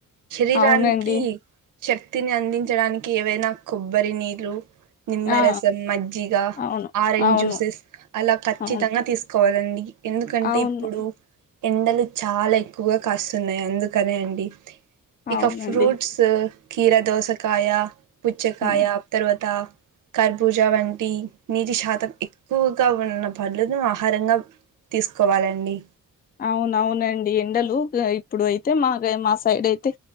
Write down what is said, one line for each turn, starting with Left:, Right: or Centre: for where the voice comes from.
Right: శరీరానికి
Left: అవునండి
Right: శక్తిని అందించడానికి ఏవైనా కొబ్బరి నీళ్ళు నిమ్మరసం
Left: ఆ
Right: మజ్జిగ
Left: అవును
Right: ఆరెంజ్
Left: అవును
Right: జ్యూసెస్ అలా ఖచ్చితంగా
Left: అవును
Right: తీసుకోవాలండి ఎందుకంటే
Left: అవును
Right: ఇప్పుడు ఎండలు చాలా ఎక్కువగా కాస్తున్నాయి అందుకనే అండి
Left: అవునండి
Right: ఇక ఫ్రూట్స్ కి ఖీరాదోసకాయ పుచ్చకాయ
Left: ఉమ్,
Right: తరువాత కర్పూజ వంటి నీటి శాతం ఎక్కువగా ఉన్నప్పు పళ్ళను ఆహారంగా తీసుకోవాలండి
Left: అవునవునండి ఎండలు ఇప్పుడు అయితే మాగా మా సైడ్ అయితే